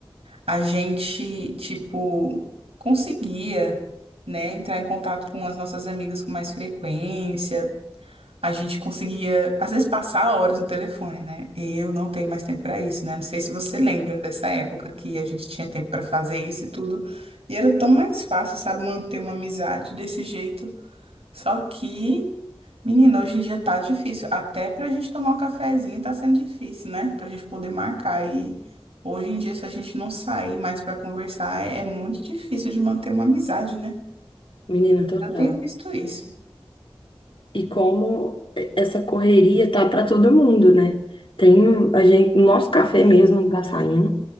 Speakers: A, on the right (about 85°); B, on the left (about 60°).
A: a gente, tipo, conseguia, né, entrar em contato com as nossas amigas com mais frequência. A gente conseguia, às vezes, passar horas no telefone, né? Eu não tenho mais tempo para isso, né? Não sei se você lembra dessa época que a gente tinha tempo para fazer isso e tudo. E era tão mais fácil, sabe, manter uma amizade desse jeito. Só que, menina, hoje em dia tá difícil. Até pra gente tomar um cafezinho tá sendo difícil, né? Pra gente poder marcar. E hoje em dia, se a gente não sair mais para conversar, é é muito difícil de manter uma amizade, né?
B: Menina, total.
A: Eu tenho visto isso.
B: E como essa correria tá para todo mundo, né? Tem um, a gente, nosso café
A: Sim.
B: mesmo não tá saindo,